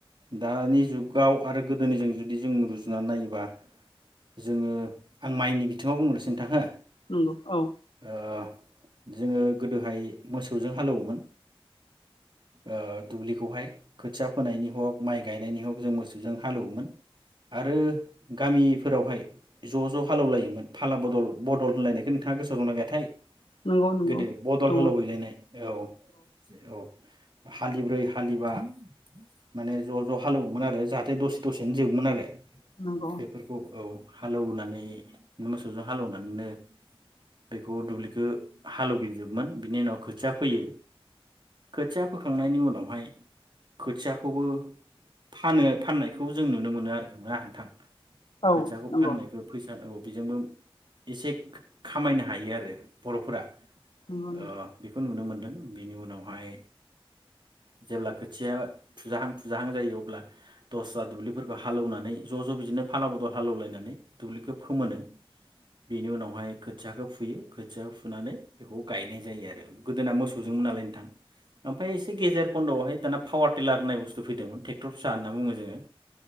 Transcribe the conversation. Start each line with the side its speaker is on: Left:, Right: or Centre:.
Right: दानि जुगाव आरो गोदोनिजों जुदि जों रु नानै नायोबा जोङो आं माइनि बिथिङाव बुंनोसै नोंथां हो
Left: नोंगौ औ
Right: ओ जोङो गोदोहाय मोसौजों हालेवोमोन ओ दुब्लिखौहाय खोथिया फोनायनि हग माइ गायनायनि हग जों मोसौजों हालेवोमोन आरो गामिफोरावहाय ज' ज' हालौलायोमोन फाला बदल बदल होनलायनायखौ नोंथाङा गोसोआव दंना गैयाथाय
Left: नंगौ नंगौ
Right: गोदो बदल
Left: दङ
Right: हालेवहैलायनाय औ औ। हालिब्रै हालिबा माने ज' हालेवोमोन आरो जाहाथे दसे दसेनो जोबोमोन आरो। बेफोरखौ
Left: नंगौ
Right: औ हालौवनानै मोसौजों हालेवनानैनो बेखौ दुब्लिखौ हालौवग्लिजोबमोन बिनि उनाव खोथिया फोयो खोथिया फोखांनायनि उनावहाय खोथियाखौबो फानो फाननायखौ जों नुनो मोनो आरो। <unintelligible> नोंथां
Left: औ
Right: खोथियाखौ
Left: नंगौ
Right: फाननायखौ फैसा औ। बेजोंबो एसे खामायनो हायो आरो बर'फोरा
Left: नंगौ
Right: ओ बेखौ नुनो मोनदों बिनि उनावहाय जेब्ला खोथिया फुजाहां फुजाहां जायो अब्ला दस्रा दुब्लिफोरखौ हालौना नानै ज' ज' बिदिनो फाला बदल हालेवलायनानै दुब्लिखौ फोमोनो बेनि उनावहाय खोथियाखौ फुयो खोथियाखौ फुनानै बेखौ गायनाय जायो आरो गोदोना मोसौजोंमोन नालाय नोंथां ओमफखय एसे गेजेर खन्द'आवहाय दाना पावार टिलार होननाय बुस्थु फैदोंमोन ट्रेक्टर फिसा होनना बुङो जोङो